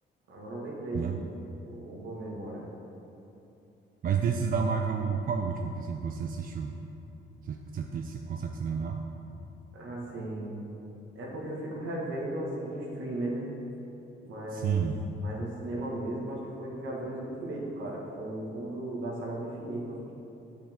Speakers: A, on the right; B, on the right.
A: Agora eu lembrei,
B: né?
A: sim. Uma boa memória.
B: Mas desses da Marvel, qual é o último que assim, você assistiu? Você, você, tem- você consegue se lembrar?
A: Assim, é porque eu fico revendo, assim, em streamer, né? Mas,
B: Sim.
A: mas no cinema mesmo, acho que foi Vingadores Ultimato, cara, que foi o último do- da saga do infinito. né?